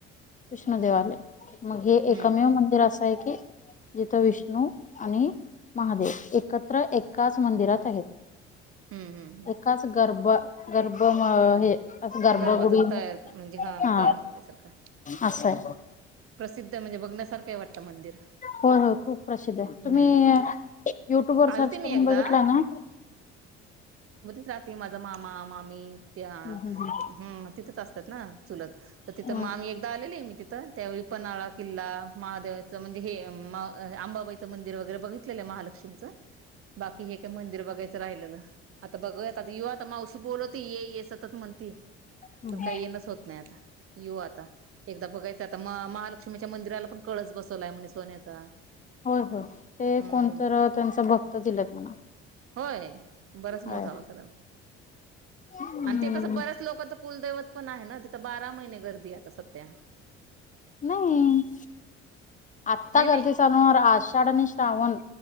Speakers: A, on the left (about 25°); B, on the right (about 50°).
A: विष्णू देेवाले मग हे
B: हम्म
A: एकमेव मंदिर असं आहे की जिथं विष्णू आणि महादेव एकत्र एकाच मंदिरात आहेत
B: हम्म हम्म हम्म
A: एकाच गरभ गर्भम हे गर्भगुडी
B: गर्भातून तयार म्हणजे
A: हा
B: तयार झाल्यासारखा
A: असंय
B: प्रसिद्ध म्हणजे बघण्यासारखं आहे वाटतं मंदिर
A: हो हो खूप प्रसिद्ध आहे
B: हम्म
A: तुम्ही युट्यूबवरर
B: आलते
A: सर्च
B: मी
A: करून
B: एकदा
A: बघितला ना
B: राात मद मामा मामी त्या
A: मग
B: हम तिथंच असतात ना चुलत तर तिथं
A: हम्म
B: मामी एकदा आलेली आहे मी तिथं त्यावेळी पन्हाळ्याच्या किल्ला महादेवाचं म्हणजे हे आंबाबाईचं मंदिर वगैरे बघितलेलं आहे महालक्ष्मीच बाकी हे काय मंदिर बघायचं राहिलं ना आता बघ आ युवा आता मावशी बोलवती ये ये सतत म्हणती
A: हम्म
B: पण काही येणच होत नाही आता येऊ आता एकदा बघायचं आता म महालक्ष्मीच्या मंदिराला पण कळस बसवलाय म्हणज सोन्याचा
A: हो हो ते
B: हम्म
A: कोणत त्यांच भक्त दिलेत म्हणा
B: होय बराच
A: होय
B: मोठा ह असला
A: हम्म
B: आणि ते कसं बऱ्याच लोकांच कुल पण आहे ना तिथं बारा महिने गर्दी आता सध्या
A: नाही आत्ता
B: नाही नाही
A: गर्दी चालणार आषाढ आणि श्रावण